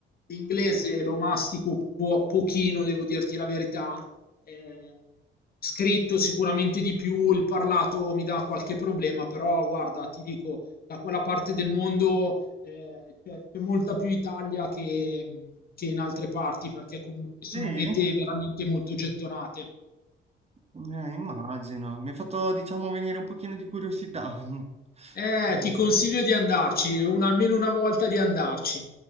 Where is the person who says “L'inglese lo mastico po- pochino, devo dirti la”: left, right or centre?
Left